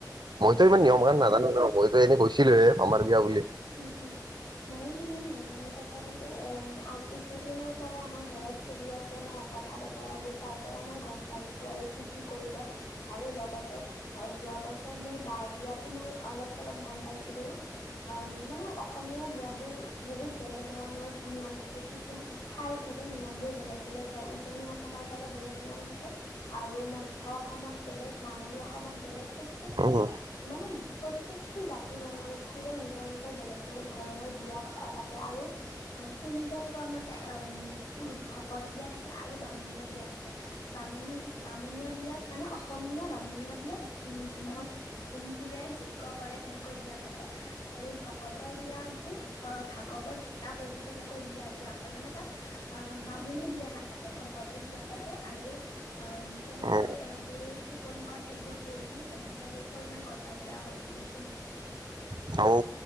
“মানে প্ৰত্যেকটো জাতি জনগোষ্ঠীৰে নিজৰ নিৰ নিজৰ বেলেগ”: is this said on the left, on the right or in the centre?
Left